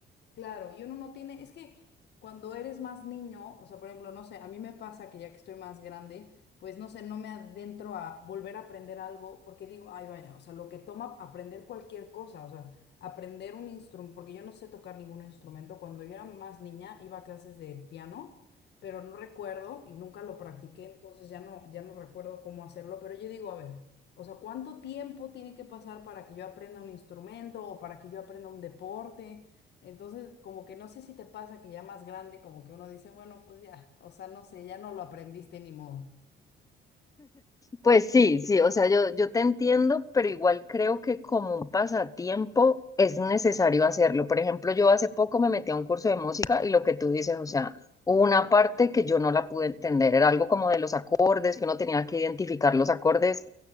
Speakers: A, on the left; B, on the left.
A: Claro, y uno no tiene, es que cuando eres más niño, o sea, por ejemplo, no sé, a mí me pasa que ya que estoy más grande, pues no sé, no me adentro a volver a aprender algo porque digo, ay, vaya, o sea, lo que toma aprender cualquier cosa, o sea, aprender un instrumento, porque yo no sé tocar ningún instrumento, cuando yo era más niña iba a clases de piano, pero no recuerdo y nunca lo practiqué, entonces ya no, ya no recuerdo cómo hacerlo, pero yo digo, a ver. O sea, ¿cuánto tiempo tiene que pasar para que yo aprenda un instrumento o para que yo aprenda un deporte? Entonces, como que no sé si te pasa que ya más grande, como que uno dice, bueno, pues ya, o sea, no sé, ya no lo aprendiste ni modo.
B: Pues sí, sí, o sea, yo, yo te entiendo, pero igual creo que como un pasatiempo es necesario hacerlo. Por ejemplo, yo hace poco me metí a un curso de música y lo que tú dices, o sea, hubo una parte que yo no la pude entender, era algo como de los acordes, que uno tenía que identificar los acordes